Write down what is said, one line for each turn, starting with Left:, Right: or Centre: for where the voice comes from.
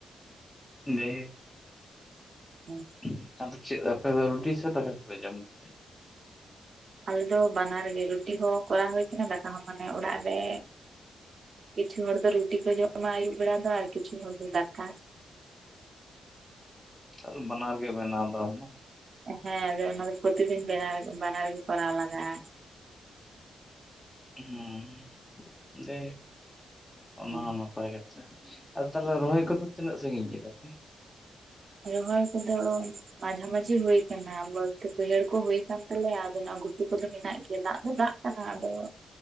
Left: ᱞᱟᱹᱭ <unintelligible>
Right: ᱦᱮᱸ
Left: ᱮᱱ <unintelligible> ᱪᱮᱫ ᱟᱯᱮ ᱫᱚ ᱨᱩᱴᱤ ᱥᱮ ᱛᱟᱠᱟ ᱠᱚᱯᱮ ᱡᱚᱢ ᱜᱤᱛᱮ?
Right: ᱟᱞᱮ ᱫᱚ ᱵᱟᱱᱟᱨ ᱜᱮ ᱨᱩᱴᱤ ᱦᱚᱸ ᱠᱚᱨᱟᱣ ᱦᱩᱭ ᱠᱟᱱᱟ ᱫᱟᱠᱟ ᱦᱚᱸ ᱢᱟᱱᱮ ᱚᱲᱟᱜ ᱨᱮ ᱠᱤᱪᱷᱩ ᱦᱚᱲ ᱫᱚ ᱨᱩᱴᱤ ᱠᱚ ᱡᱚᱢᱟ ᱟᱹᱭᱩᱵ ᱵᱮᱲᱟ ᱫᱚ ᱟᱨ ᱠᱤᱪᱷᱩ ᱦᱚᱲ ᱫᱚ ᱫᱟᱠᱟ᱾
Left: ᱚ <unintelligible> ᱵᱟᱱᱟᱨ ᱜᱤᱭ ᱵᱮᱱᱟᱣ ᱫᱟ ᱟᱢᱫᱚ᱾
Right: ᱦᱮᱸ ᱟᱫᱚ ᱚᱱᱟ ᱫᱚ ᱯᱨᱚᱛᱤᱫᱤᱱ ᱵᱮᱱᱟᱣ ᱨᱮ ᱵᱟᱱᱟᱨ ᱜᱮ ᱠᱚᱨᱟᱣ ᱞᱟᱜᱟᱜᱼᱟ᱾
Left: ᱦᱮᱸ ᱫᱮ ᱚᱱᱟ
Right: ᱦᱩᱸ
Left: ᱦᱚᱸ ᱱᱟᱯᱟᱭ ᱠᱟᱛᱷᱟ᱾ ᱟᱨ ᱛᱟᱦᱚᱞᱮ ᱨᱚᱦᱚᱭ ᱠᱚᱫᱚ ᱛᱤᱱᱟᱹᱜ ᱥᱟᱺᱜᱤᱧ ᱠᱮᱫᱟ ᱯᱮ?
Right: ᱨᱚᱦᱚᱭ ᱠᱚᱫᱚ ᱢᱟᱡᱷᱟ ᱢᱟᱹᱡᱷᱤ ᱦᱩᱭ ᱟᱠᱟᱱᱟ ᱵᱟᱹᱛ ᱵᱟᱹᱭᱦᱟᱹᱲ ᱠᱚ ᱦᱩᱭ ᱟᱠᱟᱱ ᱛᱟᱞᱮᱭᱟ ᱟᱫᱚ ᱚᱱᱟ ᱜᱩ -ᱴᱩ ᱠᱚᱫᱚ ᱢᱮᱱᱟᱜ ᱜᱮᱭᱟ ᱫᱟᱜ ᱫᱚ ᱫᱟᱜ ᱠᱟᱱᱟ ᱟᱫᱚ